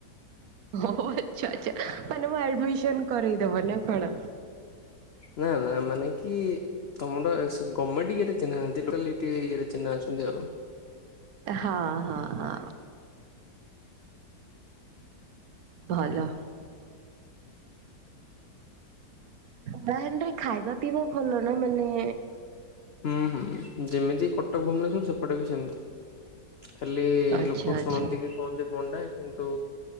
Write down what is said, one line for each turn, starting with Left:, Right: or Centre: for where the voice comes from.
Right: ହ ଆଚ୍ଛା ଆଛା ମାନେ ମୁଁ ଆଡମିସନ କରେଇଦବ ନା କଣ?
Left: ନା ନା ମାନେ କି ତମର ଗମେଣ୍ଟ ରେ ଇଏ ଚିହ୍ନା ନାହାନ୍ତି ଲୋକାଲ ଇଏରେ ଚିହ୍ନା ଅଛନ୍ତି ଆଉ।
Right: ହଁ ହଁ ହଁ ଭଲ। ନରେ ଖାଇବା ପିଇବା ଭଲ ନା ମାନେ?
Left: ହୁଁ ହୁଁ ଯେମିତି କଟକ ଭୁବନେଶ୍ଵର ସେପଟେ ବି ସେମିତି। ଖାଲି
Right: ଆଚ୍ଛା
Left: ଲୋକ
Right: ଆଚ୍ଛା।
Left: ଶୁଣନ୍ତି କି କୁହନ୍ତି ବଣ୍ଡା କିନ୍ତୁ